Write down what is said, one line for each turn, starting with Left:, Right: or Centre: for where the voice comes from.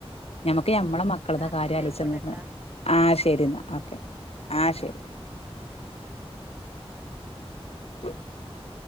Right: ആഹ്
Left: ഞമ്മക്ക് ഞമ്മളെ മക്കള്ത
Right: എന്നാ
Left: കാര്യാലോയ്ച്ച
Right: ആയിക്കോട്ടെട്ടാ
Left: <unintelligible> ആഹ് ശരിന്നാ ഓക്കെ.
Right: അസ്സലാമലൈക്കും.
Left: ആ ശരി <inaudible>